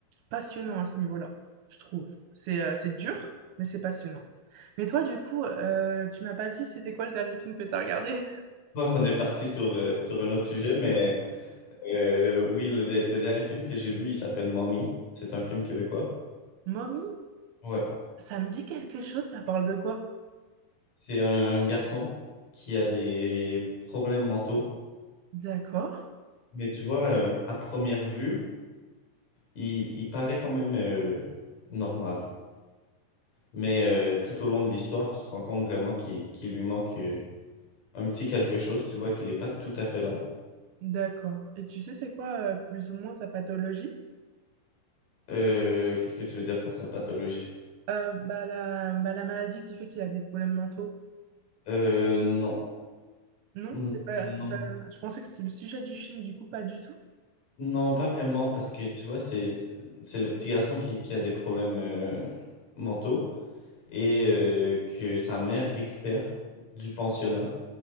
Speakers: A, on the right; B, on the left.
A: passionnant à ce niveau-là, je trouve. C'est euh, c'est dur, mais c'est passionnant. Mais toi, du coup, euh, tu m'as pas dit c'était quoi le dernier film que t'as regardé?
B: Bon, on est parti sur, euh, sur un autre sujet, mais euh, oui, le, de- le dernier film que j'ai vu, il s'appelle Mommy. C'est un film québécois.
A: <laughs> Mommy,
B: Ouais.
A: ça me dit quelque chose, ça parle de quoi?
B: C'est un garçon qui a des problèmes mentaux.
A: D'accord,
B: Mais tu vois, euh, à première vue, il, il paraît quand même euh, normal. Mais euh, tout au long de l'histoire, tu te rends compte vraiment qu'il qu'il lui manque euh, un petit quelque chose. Tu vois qu'il n'est pas tout à fait là.
A: d'accord. Et tu sais, c'est quoi euh, plus ou moins sa pathologie?
B: Euh, qu'est-ce que tu veux dire par sa pathologie?
A: Euh, bah, la, bah, la maladie qui fait qu'il a des problèmes mentaux.
B: Euh, non.
A: Non,
B: Mm,
A: c'est pas, c'est
B: Non,
A: pas... Je pensais que c'était le sujet du film, du coup, pas du tout.
B: Non, pas vraiment, parce que tu vois, c'est, c'est c'est le petit garçon qui, qui a des problèmes euh, mentaux et euh, que sa mère récupère du pensionnat.